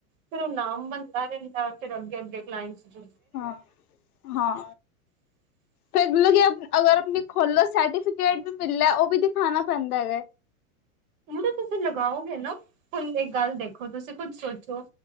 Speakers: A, on the right; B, on the left.
A: ਫਿਰ ਉਹ ਨਾਮ ਬਣ <unintelligible> ਫਿਰ ਅੱਗੇ-ਅੱਗੇ ਕਲਾਇੰਟਸ ਚ
B: ਹਾਂ-ਹਾਂ
A: <inaudible>
B: ਫੇਰ ਮਤਲਬ ਕਿ, ਅਗਰ ਆਪਣੀ ਖੋਲੋ ਸਰਟੀਫਿਕੇਟ ਵੀ ਮਿਲਦਾ ਉਹ ਵੀ ਦਿਖਾਣਾ ਪੈਂਦਾ, ਹੈਗਾ
A: ਉਹ ਜੇ ਤੁਸੀਂ ਲਗਾਓਗੇ ਨਾ, ਹੁਣ ਇੱਕ ਗੱਲ ਦੇਖੋ, ਤੁਸੀਂ ਖੁਦ ਸੋਚੋ